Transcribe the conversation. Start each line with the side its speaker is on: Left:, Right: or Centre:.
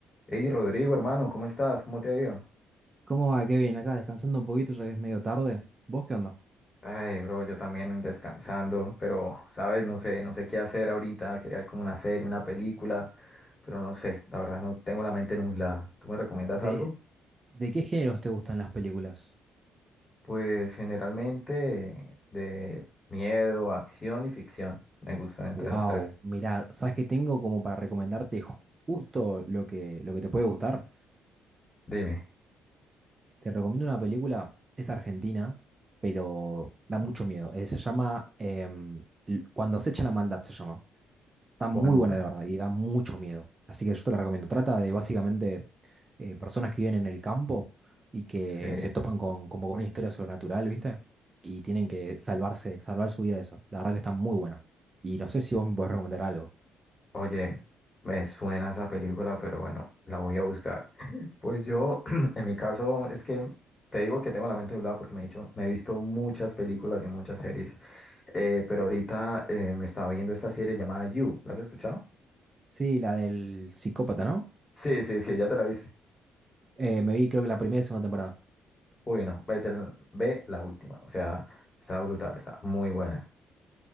Left: Hey Rodrigo, hermano, ¿cómo estás? ¿Cómo te ha ido?
Right: ¿Cómo va, Kevin? Acá descansando un poquito ya que es medio tarde. ¿Vos qué onda?
Left: Ay, bro, yo también descansando, pero, sabes, no sé, no sé qué hacer ahorita, quería ver como una serie, una película, pero no sé, la verdad no tengo la mente nublada. ¿Tú me recomiendas
Right: ¿De,
Left: algo?
Right: de qué géneros te gustan las películas?
Left: Pues generalmente de miedo, acción y ficción. Me gustan entre
Right: Wow,
Left: esas tres.
Right: mirá, ¿sabes qué tengo como para recomendarte ju- justo lo que, lo que te puede gustar?
Left: Dime,
Right: Te recomiendo una película, es argentina, pero da mucho miedo. Eh, se llama em, L- Cuando se echa la maldad, se llama. Está muy
Left: ¿cuánta?
Right: buena, la verdad, y da mucho miedo. Así que yo te la recomiendo. Trata de básicamente eh, personas que viven en el campo y que
Left: Sí.
Right: se topan con, como con una historia sobrenatural, ¿viste? Y tienen que salvarse, salvar su vida de eso. La verdad que está muy buena. Y no sé si vos me podés recomendar algo.
Left: Oye, me suena esa película, pero bueno, la voy a buscar. <laughs> Pues yo, <clears throat> en mi caso, es que te digo que tengo la mente nublada porque me he dicho, me he visto muchas películas y muchas series, eh, pero ahorita eh, me estaba viendo esta serie llamada You. ¿La has escuchado?
Right: Sí, la del psicópata, ¿no?
Left: Sí, sí, sí, ya te la viste.
Right: Eh, me vi creo que la primera y segunda temporada.
Left: Uy, no, vete, ve la última. O sea, está brutal, está muy buena.